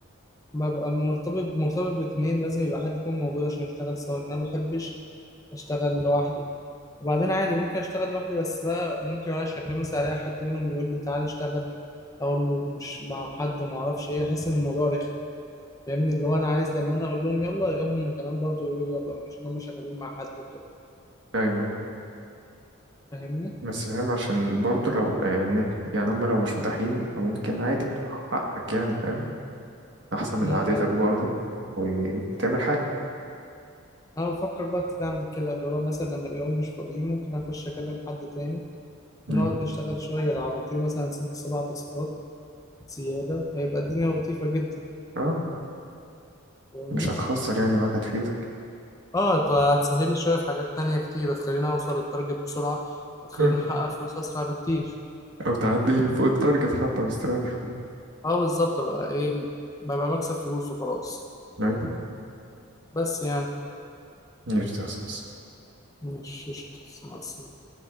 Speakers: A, on the left (about 15°); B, on the right (about 55°).
A: ببقى مرتبط مرتبط باتنين لازم يبقى حد يكون موجود عشان نشتغل سوا لأن أنا ما بحبش أشتغل لوحدي وبعدين عادي ممكن أشتغل لوحدي بس بقى ممكن وأنا شغال مثلا ألاقي حد منهم يقول لي تعالى اشتغل أقول له مش مع حد وما أعرفش إيه أحس إن الموضوع رخم فاهمني اللي هو أنا عايز لما أنا أقول لهم يلا ألاقيهم كمان برضه يقولوا لي يلا مش إن هم شغالين مع حد وكده
B: ايوه
A: فاهمني؟
B: بس فاهم عشان برضه لو يعني يعني هم لو مش متاحين فممكن عادي حقك يعني فاهم احسن من
A: امم
B: قعدتك
A: أيوه
B: برضه وتعمل حاجه
A: أنا بفكر بقى ابتدي أعمل كده اللي هو مثلا لما ألاقيهم مش فاضيين ممكن أخش أكلم حد تاني
B: مم.
A: ونقعد نشتغل شوية لو عملت لي مثلا ست سبع تاسكات زيادة هيبقى الدنيا لطيفة جدا
B: اه
A: فاهمني؟
B: مش هتخسر يعني معاك هتفيدك
A: اه انت هتسهل لي شوية في حاجات تانية كتير هتخليني اوصل للتارجت بسرعة هتخليني
B: آه.
A: احقق فلوس اسرع بكتير
B: او تعدي فوق التارجت حتى مستريح
A: اه بالظبط بقى ايه ببقى مكسب فلوس وخلاص
B: ايوه
A: بس يعني
B: مش ده اساس
A: مش مش- مع السلامة.